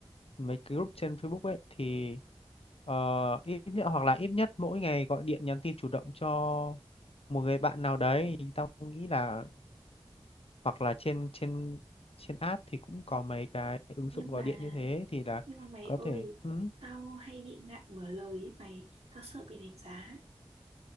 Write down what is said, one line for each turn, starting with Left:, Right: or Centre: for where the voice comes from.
Left: mấy cái group trên Facebook ấy thì ờ, ít nhất hoặc là ít nhất mỗi ngày gọi điện nhắn tin chủ động cho một người bạn nào đấy tao nghĩ là hoặc là trên trên trên app thì cũng có mấy cái ứng
Right: nhưng
Left: dụng gọi
Right: mà
Left: điện như thế thì là
Right: nhưng mà mày
Left: có
Right: ơi
Left: thể ừ.
Right: tao hay bị ngại mở lời ấy mày tao sợ bị đánh giá